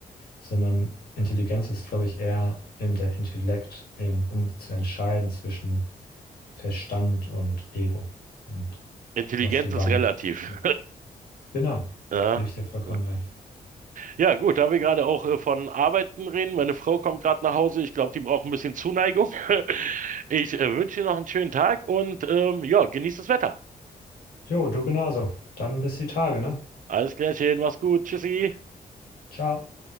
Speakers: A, on the left; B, on the right.
A: sondern Intelligenz ist, glaube ich, eher eben der Intellekt, eben um zu entscheiden zwischen Verstand und Ego und
B: Intelligenz
A: was du
B: ist
A: wann
B: relativ.
A: nutzt. Genau,
B: <laughs>
A: gebe ich dir vollkommen
B: Ja.
A: recht.
B: Ja, gut, da wir gerade auch äh, von Arbeiten reden. Meine Frau kommt gerade nach Hause. Ich glaube, die braucht ein bisschen Zuneigung. <laughs> Ich äh, wünsche dir noch einen schönen Tag und ähm, ja, genieß das Wetter.
A: Jo, du genauso. Dann bis die Tage, ne?
B: Alles Klärchen, mach's gut. Tschüssi.
A: Ciao.